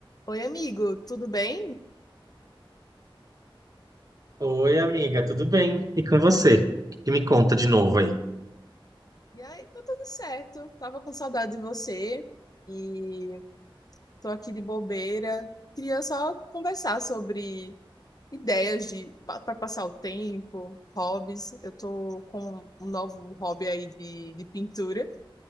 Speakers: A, on the left; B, on the right.
A: Oi, amigo, tudo bem?
B: Oi, amiga, tudo bem? E com você? O que que me conta de novo aí?
A: E aí, tá tudo certo. Tava com saudade de você e tô aqui de bobeira. Queria só conversar sobre ideias de para passar o tempo, hobbies. Eu tô com um novo hobby aí de, de pintura